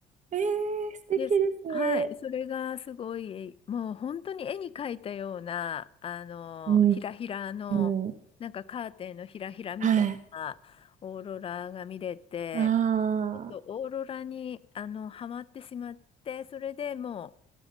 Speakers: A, on the right (about 45°); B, on the left (about 35°).
A: ー、素敵ですね。
B: です。はい。それがすごい、もう本当に絵に描いたような、あの、
A: うん。
B: ひらひらの、
A: うん。
B: なんかカーテンのひらひらみたいなオーロラが見れて、
A: はい。ああ、
B: ちょっとオーロラに、あの、ハマってしまって、それでも